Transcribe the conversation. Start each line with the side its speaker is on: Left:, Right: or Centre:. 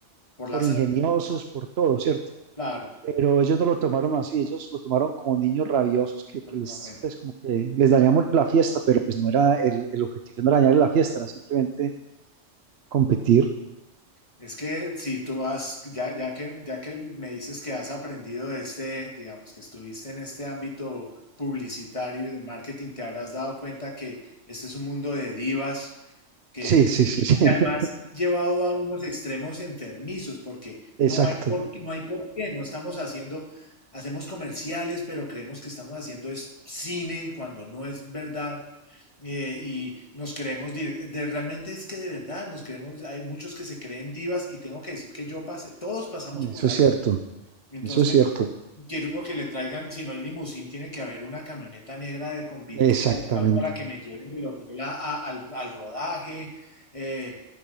Left: por la
Right: por
Left: sangre,
Right: ingeniosos, por todo, ¿cierto?
Left: claro,
Right: Pero ellos no lo tomaron así, ellos lo tomaron como niños rabiosos que, que
Left: como
Right: les,
Left: una ofensa.
Right: pues como que les dañamos la fiesta, pero pues no era el, el objetivo, no era dañarle la fiesta, era simplemente competir.
Left: Es que si tú has, ya, ya que, ya que me dices que has aprendido de este, digamos que estuviste en este ámbito publicitario y de marketing, te habrás dado cuenta que este es un mundo de divas que
Right: Sí, sí,
Left: y
Right: sí, sí, <laughs>
Left: que además llevado a unos extremos enfermizos, porque no
Right: exacto,
Left: hay por, no hay por qué, no estamos haciendo, hacemos comerciales, pero creemos que estamos haciendo es cine cuando no es verdad. Eh, y nos queremos direc- de, realmente es que de verdad nos queremos hay muchos que se creen divas y tengo que decir que yo pasé, todos pasamos por
Right: eso es
Left: ahí.
Right: cierto,
Left: Entonces,
Right: eso es cierto.
Left: Quiero uno que le traigan, si no hay limusín, tiene que haber una camioneta negra de con vidrios
Right: Exactamente.
Left: con aplaus para que me lleven del hotel a- a- al, al rodaje. eh,